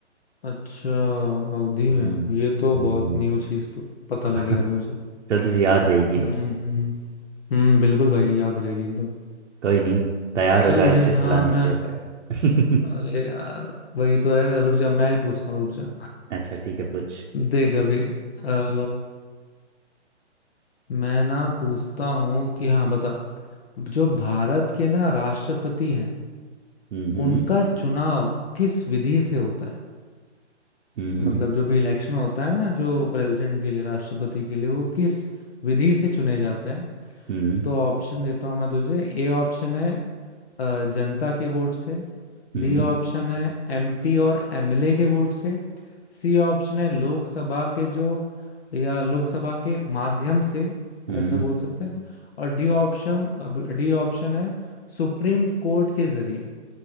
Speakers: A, on the left; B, on the right.
A: अच्छा अवधि
B: हम्म
A: में ये तो
B: हम्म।
A: बहुत न्यू चीज प- पता लगी
B: <laughs>
A: यार मुझे
B: चल तुझे याद रहेगी
A: हम्म
B: अब
A: हम्म हम्म, बिल्कुल भाई याद रहेगी एकदम
B: कोई नहीं तैयार
A: चल
B: हो जा आइसक्रीम
A: भाई हाँ
B: खिलाने
A: मैं
B: के लिए पर
A: अरे
B: <laughs>
A: यार वही तो है रुक जा मैं ही पूछता हूँ रुक जा
B: अच्छा ठीक है पूछ
A: <laughs> देख अभी अ, मैं ना पूछता हूँ कि हाँ बता जो भारत के ना राष्ट्रपति हैं
B: हम्म हम्म
A: उनका चुनाव किस विधि से होता है
B: हम्म
A: मतलब जो भी इलेक्शन होता है ना जो प्रेसिडेंट के लिए राष्ट्रपति के लिए वो किस विधि से चुने जाते हैं
B: हम्म
A: तो ऑप्शन देता हूं मैं तुझे ए ऑप्शन है अ, जनता के वोट से
B: हम्म
A: बी ऑप्शन है एमपी और एमएलए के वोट से सी ऑप्शन है लोकसभा के जो या लोकसभा के माध्यम से
B: हम्म
A: ऐसा बोल सकते हैं और डी ऑप्शन डी ऑप्शन है सुप्रीम कोर्ट के जरिए